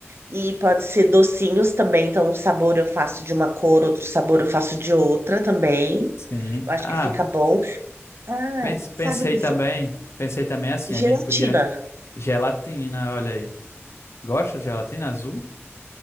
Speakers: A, on the right; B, on the left.
A: e pode ser docinhos também, então um sabor eu faço de uma cor, outro sabor eu faço de outra também.
B: Sim.
A: Eu acho
B: Ah,
A: que fica bom. Ah,
B: pens- pensei
A: sabe o que?
B: também,
A: foi?
B: pensei também assim,
A: Gelatina.
B: a gente podia gelatina, olha aí. Gosta de gelatina azul?